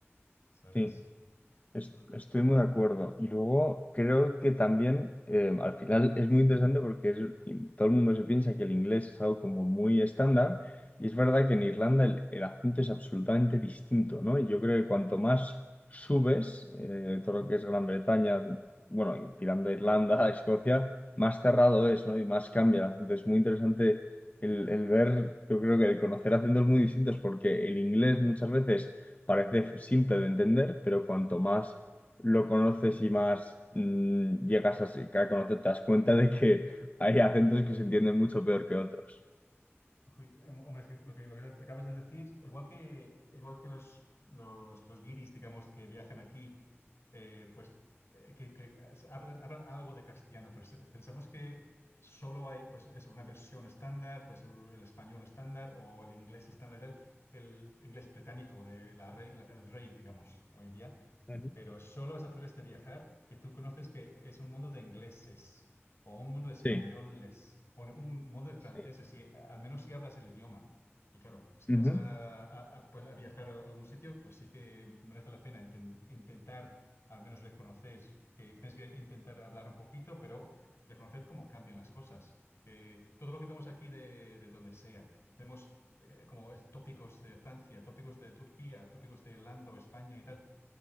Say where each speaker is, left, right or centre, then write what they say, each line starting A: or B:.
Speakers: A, on the left (about 70°); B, on the left (about 35°).
A: ¿sabes?
B: sí. Es-
A: Mm.
B: Estoy muy de acuerdo. Y luego creo que también eh, al final es muy interesante porque es- y todo el mundo se piensa que el inglés es algo como muy estándar y es verdad que en Irlanda el, el acento es absolutamente distinto, ¿no? Y yo creo que cuanto más subes, eh, todo
A: Mm,
B: lo que es Gran Bretaña, bueno, tirando a Irlanda, <laughs> a Escocia, más cerrado
A: mm,
B: es, ¿no? Y más cambia el acento. Es muy interesante el, el ver, yo creo que el conocer acentos muy distintos porque el inglés muchas veces parece simple de entender, pero cuanto más lo conoces y más mm, llegas a, se- a conocer, te das cuenta de que <laughs> hay acentos
A: mm.
B: que se entienden mucho peor que otros.
A: Uy, em, Hombre, es que lo que, lo que acabas de decir, igual que, igual que los, los, los guiris, digamos, que viajan aquí, eh, pues eh, que, que hablan, hablan algo de castellano, pero se- pensamos que solo hay, pues eso, una versión estándar, pues el, el español estándar o el inglés estándar y tal, el inglés británico de la rey, el rey, digamos, hoy en día
B: Ujú.
A: pero solo es a través de viajar que tú conoces que es un mundo de ingleses o un mundo de españoles
B: Sí,
A: o un mundo de franceses,
B: sí.
A: si, al menos si hablas el idioma. Y claro, si
B: Ujú,
A: vas a, a- a, pues, a viajar a algún sitio, pues sí que merece la pena inten- intentar, al menos reconocer, que tienes que intentar hablar un poquito, pero reconocer cómo cambian las cosas. Que todo lo que vemos aquí de, de donde sea, tenemos eh, como es- tópicos de Francia, tópicos de Turquía, tópicos de Irlanda, o España y tal